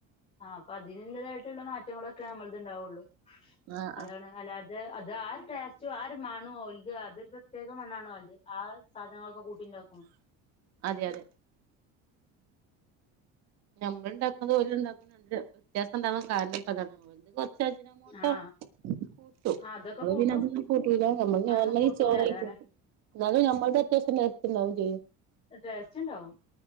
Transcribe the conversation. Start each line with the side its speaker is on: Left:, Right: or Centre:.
Left: ആഹ് അപ്പൊ അതിനുള്ളതായിട്ടുള്ള മാറ്റങ്ങളൊക്കെ നമ്മളത് ഉണ്ടാവുള്ളൂ
Right: ആഹ്
Left: അതാണ്
Right: ആഹ്
Left: അല്ലാ തെ അത് ആ ഒരു ടേസ്റ്റും ആ ഒരു മണോം ഓൽത് അതൊരു പ്രത്യേക മണാണ് ഓൽത് ആ സാധനങ്ങളൊക്കെ കൂട്ടിണ്ടാക്കും
Right: അതെ അതെ നമ്മള് ഉണ്ടാക്കുന്നതും ഓലുണ്ടാക്കുന്നതും വ്യത്യാസണ്ടാവാൻ കാരണം ഇപ്പൊ അതാണ് <unintelligible> ക്ഷേ അജിനോ മോട്ടോ
Left: ആഹ്
Right: കൂട്ടും
Left: ആഹ് അതൊക്കെ
Right: നമ്മള്
Left: കൂട്ടും
Right: പിന്നെ അതൊന്നും കൂട്ടൂല നമ്മള്
Left: അതൊന്നും
Right: നോർമലി
Left: കൂട്ടൂല
Right: ചോറ് കഴിക്കും
Left: അതാണ്
Right: എന്നാലും നമ്മൾടെ അത്യാവശ്യത്തിനു ടേസ്റ്റ് ഉണ്ടാവും ചെയ്യും
Left: ടേസ്റ്റ് ഉണ്ടാവും